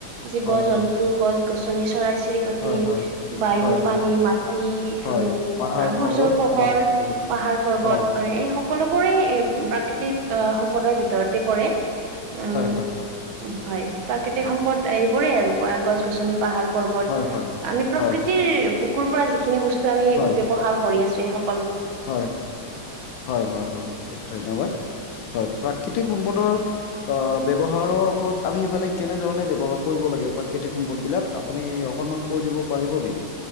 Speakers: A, on the right; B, on the left.
A: জীৱ
B: হয়
A: জন্তু
B: হয়
A: গছ গছনি চৰাই চিৰিকটি
B: হয়
A: বায়ু,
B: হয় হয় হয়
A: পানী, মাটি,
B: হয়
A: উম,
B: পাহাৰ
A: আ সূৰ্যৰ
B: পৰ্বত
A: পোহৰ,
B: হয়
A: পাহাৰ পৰ্বত
B: হয়
A: এই সক সকলোবোৰে এ, প্ৰাকৃতিত অ, সম্পদৰ ভিতৰতে পৰে। উম,
B: হয় হয় হয়
A: হয়। প্ৰাকৃতিক
B: হয় হয়
A: সম্পদ এইবোৰেই আৰু গছ গছনি পাহাৰ পৰ্বত,
B: হয় হয়
A: আমি প্ৰকৃতিৰ
B: হয় হয়
A: বুকুৰ পৰা যিখিনি বস্তু আমি
B: হয় হয়
A: ব্যৱহাৰ কৰি আছো এই সক
B: হয়, হয়-হয় হয়-হয় ধন্যবাদ হয়, প্ৰাকৃতিক সম্প সম্পদৰ আহ, ব্যৱহাৰৰ ওপৰত আমি মানে কেনেধৰণে ব্যৱহাৰ কৰিব লাগে প্ৰাকৃতিক সম্পদবিলাক আপুনি অকনমান কৈ দিব পাৰিব নেকি?।